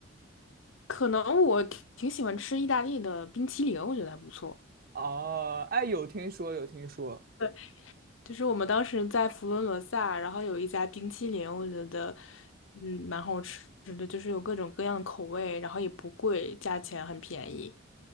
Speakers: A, on the left; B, on the right.
A: 可能我挺喜欢吃意大利的冰淇淋，我觉得还不错。
B: 哦，哎，有听说，有听说。
A: 对，就是我们当时在佛罗伦萨，然后有一家冰淇淋，我觉得嗯蛮好吃的，就是有各种各样的口味，然后也不贵，价钱很便宜。